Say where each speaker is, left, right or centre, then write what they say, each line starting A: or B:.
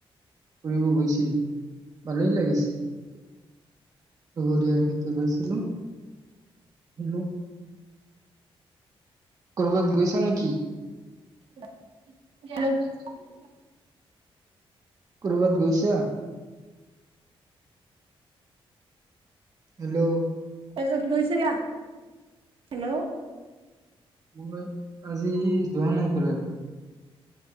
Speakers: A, on the right; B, on the right.
A: ফুৰিব গৈছিলোঁ। ভালেই লাগিছে। লগৰীয়াৰ সৈতে গৈছিলোঁ। হেল্ল' কৰবাত গৈছা নেকি?
B: <inaudible>
A: কৰোবাত গৈছা? হেল্ল'
B: তাৰপিছত গৈছিলা? হেল্ল'
A: মই আজি যোৱা নাই কলৈকো।